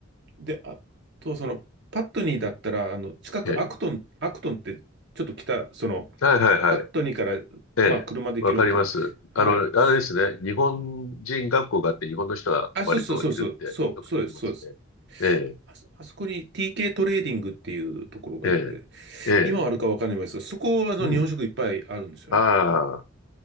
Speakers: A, on the right; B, on the left.
A: で、あと、その、パットニーだったら、あの、近くアクトン、
B: ええ。
A: アクトンって、ちょっと北、その、
B: はいはいはい。
A: パットニーから、
B: ええ。
A: まあ、車で行けるのと、
B: わかります。
A: はい。
B: あの、
A: す
B: あれですね。日本人学校があって、日本の人は割といるってよく聞きますね。
A: あ、そうそうそうそう、そう、そうです、そうです。
B: え
A: あそ、あそこに TK トレーディングっていうところがあって、
B: え、ええ、ええ。
A: 今はあるかわかんないですが、そこはあの日本食いっぱいあるんですよね。
B: うん。ああ。